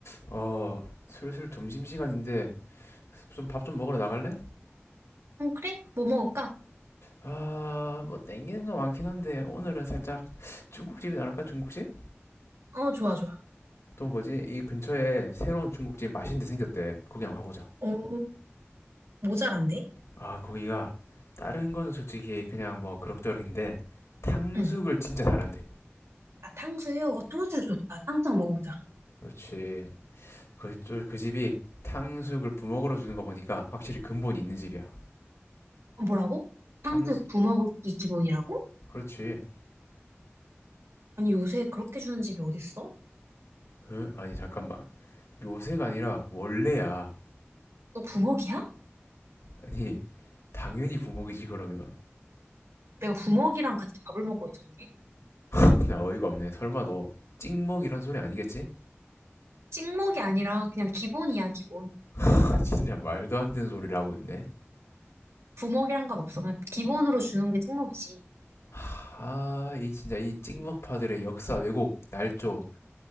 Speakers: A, on the left (about 80°); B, on the right (about 80°).
A: 어, 슬슬 점심시간인데 좀 밥 좀 먹으러 나갈래?
B: 어, 그래? 뭐 먹을까?
A: 아, 뭐 땡기는 거 많긴 한데 오늘은 살짝 중국집이 나갈까? 중국집?
B: 어, 좋아, 좋아.
A: 또 뭐지? 이 근처에 새로운 중국집 맛있는 데 생겼대. 거기 한번 가보자.
B: 오, 모자란데?
A: 아, 거기가 다른 거는 솔직히 그냥 뭐 그럭저럭인데 탕수육을
B: 응.
A: 진짜 잘한대.
B: 아, 탕수육? 어, 탕수육 좋다. 탕수육 먹어보자.
A: 그렇지. 그, 저- 그 집이 탕수육을 부먹으로 주는 거 보니까 확실히 근본이 있는 집이야.
B: 어, 뭐라고?
A: 탕수,
B: 탕수육 부먹이 기본이라고?
A: 그렇지.
B: 아니, 요새 그렇게 주는 집이 어딨어?
A: 어? 아니, 잠깐만. 요새가 아니라 원래야.
B: 너 부먹이야?
A: 아니, 당연히 부먹이지 그러면
B: 내가 부먹이랑 같이 밥을 먹고 있었네?
A: <laughs> 나 어이가 없네 설마 너 찍먹이란 소리 아니겠지?
B: 찍먹이 아니라 그냥 기본이야, 기본.
A: <laughs> 진짜 말도 안 되는 소리를 하고 있네
B: 부먹이란 건 없어. 그냥 기본으로 주는 게 찍먹이지.
A: 하... 이 진짜 이 찍먹파들의 역사 왜곡 날조